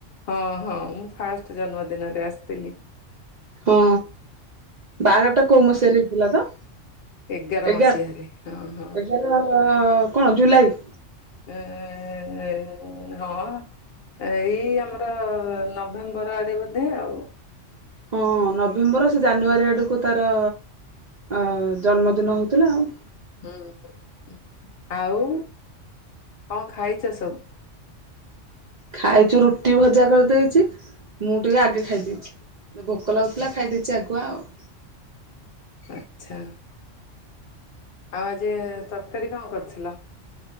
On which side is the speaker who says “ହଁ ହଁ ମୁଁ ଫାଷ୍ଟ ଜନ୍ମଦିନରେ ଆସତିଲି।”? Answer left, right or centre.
Left